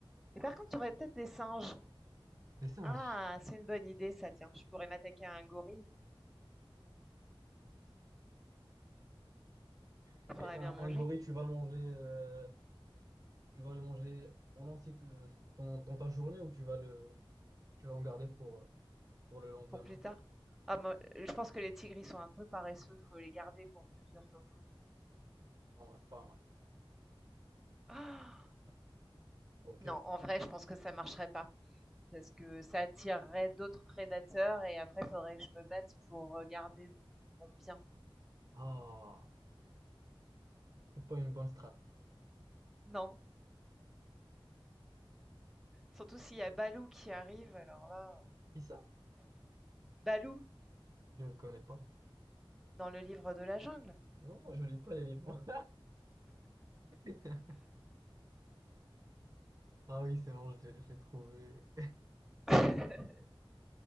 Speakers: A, in the centre; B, on the right.
A: Et par contre, tu aurais peut-être des singes.
B: Des singes.
A: Ah! C'est une bonne idée ça, tiens. Je pourrais m'attaquer à un gorille.
B: <laughs>
A: Faudrait
B: Et un,
A: bien manger
B: un gorille, tu vas le manger, euh, tu vas le manger en entier tout- dans, dans ta journée ou tu vas le, tu vas en garder pour, euh, pour le lendemain?
A: pour plus tard. Ah moi, euh, je pense que les tigres, ils sont un peu paresseux, faut les garder pour plusieurs jours. <gasps>
B: Pas mal, pas mal.
A: Ah
B: Ok.
A: non, en vrai, je pense que ça marcherait pas parce que ça attirerait d'autres prédateurs et après, faudrait que je me batte pour euh, garder mon, mon bien.
B: Ah, c'est pas une bonne strat.
A: Non, surtout s'il y a Balou qui arrive, alors là,
B: Qui ça?
A: Balou
B: Je le connais pas.
A: dans le livre de la jungle.
B: Non, moi, je lis pas les livres. <laughs> Ah oui, c'est bon, je l'ai je l'ai trouvé.
A: <laughs>